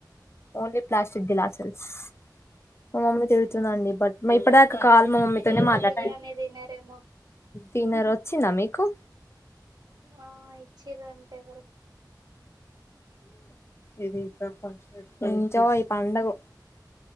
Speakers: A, on the left; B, on the right.
A: ఓన్లీ ప్లాస్టిక్ గ్లాసెస్ మా మమ్మని తిరుగుతుంద అండి బట్ ఇప్పటిా ఇ కాలు మా మమ్మీతోనే
B: మీరు ఇయ్యాల
A: మాట్లాడ
B: బిర్యానీ తినరేమో
A: తన్నర్ వచ్చిందా మీకు
B: ఆ ఇచ్చేర అంటే ఎవరో
A: ్య ఎంజో ఈ పండఎయి